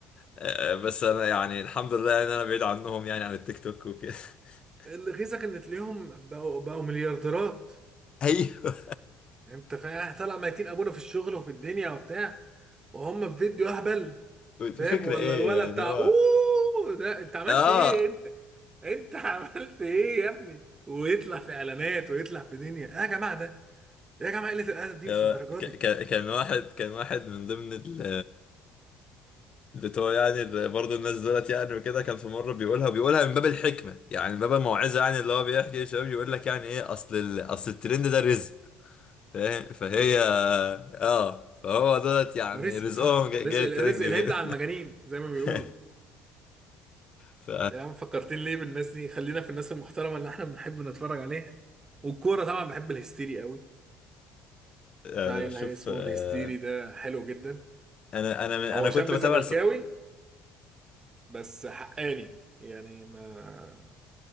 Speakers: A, on the left; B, on the right.
A: آه، آه، بس انا يعني الحمد لله ان انا بعيد عنهم يعني عن التيك توك وكده <laughs>
B: اللي غيظك ان تلاقيهم بقوا بقوا مليارديرات
A: ايوه
B: يعني انت فاهم إحنا طالع ميتين ابونا في الشغل وفي الدنيا وبتاع وهم في فيديو اهبل
A: الفكرة
B: فاهم ولا
A: ايه
B: الولد
A: يعني
B: بتاع
A: هو
B: اوه ده انت عملت
A: اه
B: ايه انت انت <laughs> عملت ايه يا ابني ويطلع في اعلانات ويطلع في دنيا ايه يا جماعه ده إيه يا جماعه قله الادب دي
A: آه،
B: مش الدرجه
A: ك-
B: دي
A: ك- كان واحد كان واحد من ضمن ال بتوع يعني ال- برضه الناس دولت يعني وكده كان في مره بيقولها بيقولها من باب الحكمه يعني من باب الموعظه يعني اللي هو بيحكي للشباب يقول لك يعني ايه اصل ال... اصل الترند ده رزق فاهم فهي
B: رزق
A: اه فهو دولت يعني
B: رزق
A: رزقهم
B: صح
A: جاي,
B: رزق
A: جاي الترند
B: رزق
A: كده
B: الهبل على المجانين زي ما بيقولوا
A: <laughs> ف
B: يا عم فكرتين ليه بالناس دي خلينا في الناس المحترمه اللي احنا بنحب نتفرج عليها والكوره طبعا بحب الهستيري قوي
A: انا
B: فايل
A: بشوف
B: اسمه
A: آه،
B: الهستيري ده حلو جدا
A: انا انا من-
B: هو
A: انا كنت
B: شاب
A: بتابع
B: زملكاوي
A: س...
B: بس حقاني يعني ما